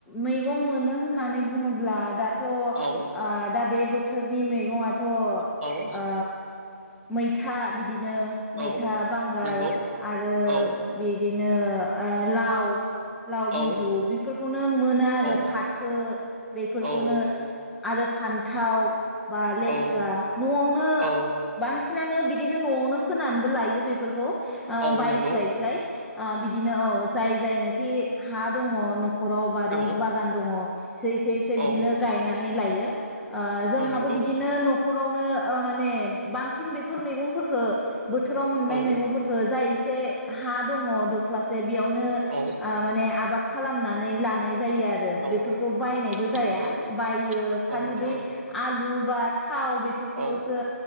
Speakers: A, in the centre; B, on the right.
A: मैगं मोनो होननानै बुङोब्ला दा थ ओ
B: औ
A: दा बे बोथोरनि मैगंआ थ ओ
B: औ
A: मैथा बिदि बिदिनो
B: औ
A: मैथा बांगाल
B: नंगौ
A: आरो
B: औ
A: बिदिनो बिनो ओ लाव लाव
B: औ
A: बिजु बेफोरखौनो मोनो आरो
B: औ
A: फाथो बेफोरखौनो
B: औ
A: आरो फान्थाव बा लेस्रा
B: औ
A: नआवनो
B: औ
A: बांसिनानो बि बिदिनो नआवनो फोनानैबो लायो बेफोरखौ ओ
B: औ
A: बायसालाय
B: नंगौ
A: सालाय ओ बिदिनो औ जाय जायनाखि खि हा दङ' न ' न'खराव बारि
B: औ
A: बागान दङ' एसे इसे इसे
B: औ
A: बिदिनो गायनानै नै लायो। ओ जोंहाबो
B: औ नंगौ
A: बिदिनो न'ख न'खरावनो ओ माने बांसिन बेफोर मैगंफोरखो बोथोराव मोननाय
B: औ
A: मैगंफोरखो जाय एसे हा दंङ दख्लासे बेयावनो
B: औ
A: ओ माने आबाद खालामनानै लानाय जायो आरो
B: औ
A: बेफोरखौ बायनाय बो
B: औ
A: जाया
B: नंगौ
A: बायो खालि
B: औ नंगौ
A: बै आलु बा थाव बेफोरखौलसो
B: औ